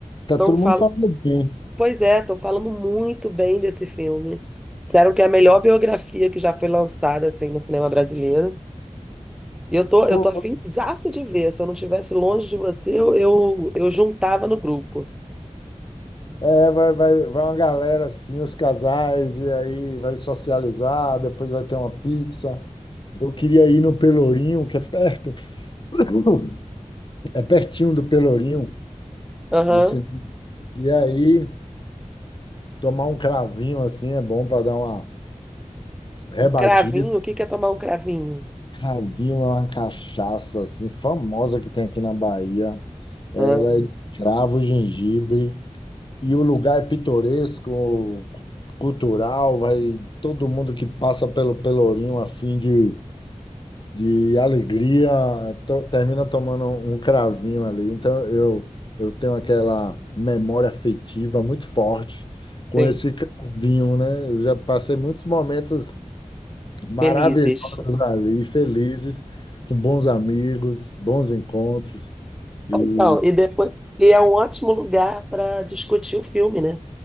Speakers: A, on the left (about 40°); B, in the centre.
A: tá
B: Tão
A: todo
B: fal...
A: mundo falando bem.
B: Pois é, estão falando muito bem desse filme. Disseram que é a melhor biografia que já foi lançada assim no cinema brasileiro. E eu tô, eu
A: Pô,
B: tô afinzaça de ver. Se eu não estivesse longe de você, eu, eu, eu juntava no grupo.
A: é, vai, vai, vai uma galera assim, os casais, e aí vai socializar, depois vai ter uma pizza. Eu queria ir no Pelourinho, que é perto. <clears throat> É pertinho do Pelourinho.
B: Aham.
A: o cinema. E aí, tomar um cravinho assim é bom para dar uma rebatida.
B: Um cravinho? O que que é tomar um cravinho?
A: Cravinho é uma cachaça assim, famosa que tem aqui na Bahia. Ela
B: Ah,
A: é de cravo, gengibre, e o lugar é pitoresco, cultural, vai todo mundo que passa pelo Pelourinho a fim de, de alegria, to- termina tomando um cravinho ali. Então eu, eu tenho aquela memória afetiva muito forte com
B: sim.
A: esse cravinho, né? Eu já passei muitos momentos maravilhosas
B: Felizes.
A: ali, felizes, com bons amigos, bons encontros. E,
B: Então, e depois, e é um ótimo lugar para discutir o filme, né?